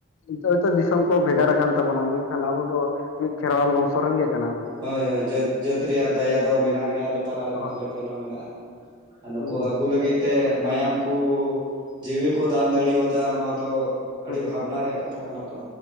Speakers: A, on the left; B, on the right.
A: ᱱᱤᱛᱚᱜ ᱦᱳᱭᱛᱚ ᱫᱤᱥᱚᱢ ᱠᱚ ᱵᱷᱮᱜᱟᱨ ᱟᱠᱟᱱ ᱛᱟᱵᱚᱱᱟ ᱢᱮᱱᱠᱷᱟᱱ ᱟᱵᱚ ᱫᱚ ᱢᱤᱫ ᱠᱷᱮᱨᱣᱟᱞ ᱵᱚᱝᱥᱚ ᱨᱮᱱ ᱜᱮ ᱠᱟᱱᱟᱵᱚ᱾
B: ᱦᱳᱭ ᱦᱳᱭ, ᱡᱟᱹᱛ, ᱡᱟᱹᱛ ᱨᱮᱭᱟᱜ ᱫᱟᱭᱟ ᱫᱚ ᱢᱮᱱᱟᱜ ᱜᱮᱭᱟ ᱟᱞᱮ ᱛᱟᱞᱟ ᱨᱮᱦᱚᱸ
A: ᱦᱳᱭ
B: ᱟᱞᱮ ᱴᱷᱮᱱ ᱦᱚᱸ ᱢᱮᱱᱟᱜᱼᱟ᱾ ᱟᱨ ᱱᱩᱠᱩ
A: ᱦᱩᱸ
B: ᱟᱵᱩ ᱞᱟᱹᱜᱤᱫ ᱛᱮ ᱢᱟᱭᱟᱢ ᱠᱚ, ᱡᱤᱣᱤ ᱠᱚ ᱫᱟᱱ ᱫᱟᱲᱮᱣᱟᱫᱟ ᱱᱚᱣᱟ ᱫᱚ ᱟᱹᱰᱤ
A: ᱦᱩᱸ,
B: ᱵᱷᱟᱵᱽᱱᱟ ᱨᱮᱭᱟᱜ ᱠᱟ ᱛᱷᱟ ᱠᱟᱱᱟ ᱛᱚ᱾